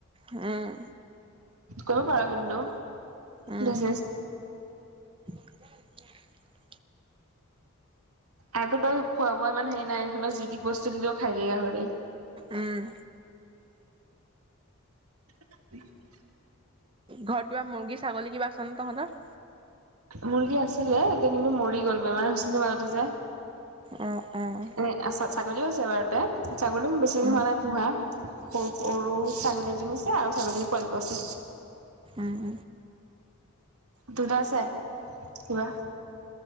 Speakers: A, on the right; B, on the right.
A: উম।
B: কৰিব পাৰ কিন্তু,
A: উম
B: বিজনে
A: <inaudible>
B: আৰুটো তই খোৱা-বোৱা ইমান হেৰি নাই, ইহঁতক যি-তি বস্তু দিলেও খাই দিয়ে গাহৰিয়ে।
A: উম।
B: <inaudible>
A: ঘৰত কিবা মুৰ্গী ছাগলী কিবা আছে নে তহঁতৰ?
B: মুৰ্গী আছিলে, এতিয়া কিন্তু মৰি গল বেমাৰ হৈছিলে মাজতে যে,
A: অ, অ।
B: এ ছাগলীও আছে বাৰুতে, ছাগলীও বেছি দিন
A: উম
B: হোৱা নাই পোহা। সৰু সৰু ছাগলী এজনী আছে আৰু ছাগলীজনী পোৱালিটো আছে।
A: উম।
B: দুটা আছে। কিবা?